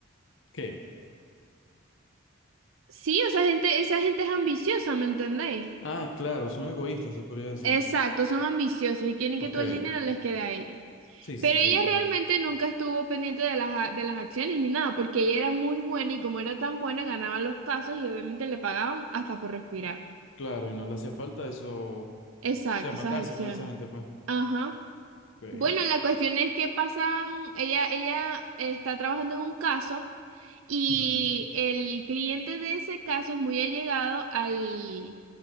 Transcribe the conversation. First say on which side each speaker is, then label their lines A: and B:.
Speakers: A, on the left; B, on the right.
A: ¿Qué?
B: sí, o sea gente, esa gente es ambiciosa, ¿me entendéis?
A: Ah, claro, son egoístas, se podría decir.
B: Exacto, son ambiciosos y quieren
A: Ok.
B: que todo el dinero les quede a ellos.
A: Sí,
B: Pero
A: sí,
B: ella
A: son egoístas.
B: realmente nunca estuvo pendiente de las, a- de las acciones ni nada, porque ella era muy buena y como era tan buena ganaba los casos y obviamente le pagaban hasta por respirar.
A: Claro, y no le hacía falta eso. O
B: Exacto,
A: sea, matarse
B: esas acciones.
A: con esa gente, pues.
B: Ajá.
A: Ok.
B: Bueno, la cuestión es que pasan, ella, ella está trabajando en un caso y
A: Ujú.
B: el cliente de ese caso es muy allegado al,